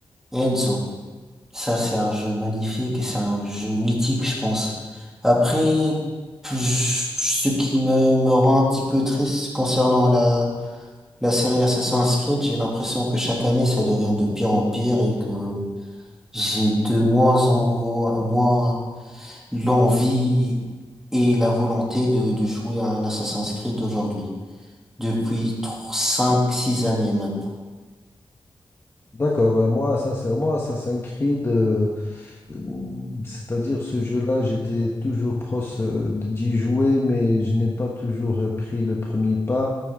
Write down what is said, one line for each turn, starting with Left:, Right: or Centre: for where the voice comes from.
Centre: Enzo. Ça, c'est un jeu magnifique et c'est un jeu mythique, je pense. Après, plus- ce qui me, me rend un petit peu triste concernant la, la série Assassin's Creed, j'ai l'impression que chaque année, ça devient de pire en pire et que J'ai de moins en voi- moins l'envie et la volonté de, de jouer à un Assassin's Creed aujourd'hui. Depuis 5 six années maintenant.
Left: D'accord, Euh, moi sincèrement, Assassin's Creed, euh, euh, c'est-à-dire ce jeu-là, j'étais toujours proche euh, d'y jouer, mais je n'ai pas toujours euh, pris le premier pas.